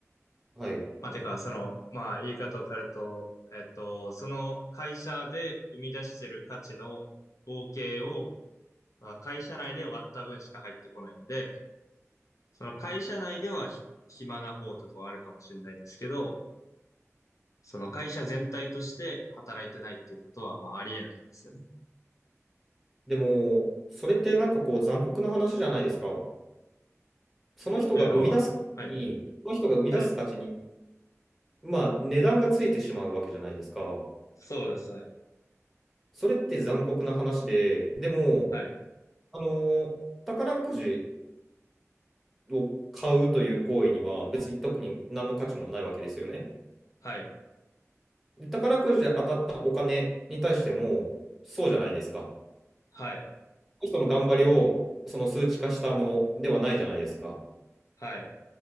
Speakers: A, in the centre; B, on the left (about 85°).
A: はい。
B: まあ、てか、その、まあ、言い方を変えると、えっと、その会社で生み出してる価値の合計を、まあ、会社内で割った分しか入ってこないんで、その会社内ではひ暇な方とかはあるかもしれないですけど、その会社全体として働いてないっていうことは、まあ、ありえないんですよね。
A: でも、それってなんかこう、残酷な話じゃないですか。その人が生み出す価値に、
B: というのは、はい。
A: その人が生み出す価値に、
B: はい。
A: まあ、値段がついてしまうわけじゃないですか。
B: そうですね。
A: それって残酷な話で、でも、
B: はい。
A: あのー宝くじ、を買うという行為には別に特に何の価値もないわけですよね。
B: はい。
A: で、宝くじで当たったお金に対してもそうじゃないですか。
B: はい。
A: 人の頑張りをその数値化したものではないじゃないですか。
B: はい。